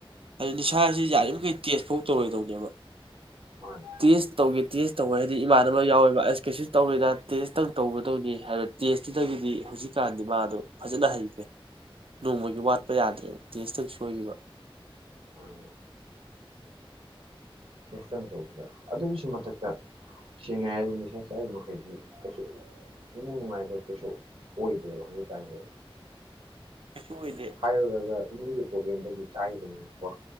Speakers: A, on the right; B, on the right.
A: ꯍꯥꯏꯗꯤ ꯅꯤꯁꯥ ꯁꯤ ꯌꯥꯔꯤꯕꯈꯩ ꯇꯦꯁꯐꯥꯎ ꯇꯧꯔꯣꯏꯗꯣꯏꯅꯦꯕ
B: ꯃꯥꯅꯦ
A: ꯇꯁ ꯇꯧꯒꯦ ꯇꯁ ꯇꯧꯋꯦ ꯍꯥꯏꯗꯤ ꯏꯃꯥꯟꯅꯕ ꯌꯥꯎꯋꯦꯕ ꯑꯁ ꯀꯩꯁꯨ ꯇꯧꯔꯏꯗ ꯇꯦꯁꯇꯪ ꯇꯧꯒꯗꯧꯅꯤ ꯍꯥꯏꯕ ꯇꯦꯁꯇꯨꯗꯒꯤꯗꯤ ꯍꯧꯖꯤꯛꯀꯥꯟꯗꯤ ꯃꯥꯗꯣ ꯐꯖꯅ ꯍꯩꯈ꯭ꯔꯦ ꯅꯣꯡꯃꯒꯤ ꯋꯥꯠ ꯄ ꯌꯥꯗ꯭ꯔꯦꯕ ꯇꯦꯁꯇꯪ ꯁꯣꯏꯈꯤꯕ꯫
B: ꯍꯣꯏ꯫ ꯇꯦꯁ ꯇꯪ ꯇꯧꯕꯗ ꯑꯗꯨꯒꯤꯁꯨ ꯃꯊꯛꯇ ꯁꯦꯡꯅ ꯍꯥꯏꯔꯗꯤ ꯅꯤꯁꯥ ꯆꯥꯔꯤꯕ ꯃꯈꯩꯁꯤ ꯀꯩꯁꯨ ꯏꯃꯨꯡ ꯅꯨꯡꯉꯥꯏꯕ ꯀꯩꯁꯨ ꯑꯣꯏꯗꯦꯕ ꯍꯧꯖꯤꯛꯀꯥꯟꯁꯦ꯫
A: ꯀꯩꯁꯨ ꯑꯣꯏꯗꯦ
B: ꯍꯥꯏꯔꯨꯔꯒ ꯏꯃꯨꯡꯒꯤ ꯄ꯭ꯔꯣꯕ꯭ꯂꯦꯝꯗꯒꯤ ꯆꯥꯔꯤꯕꯅꯤꯀꯣ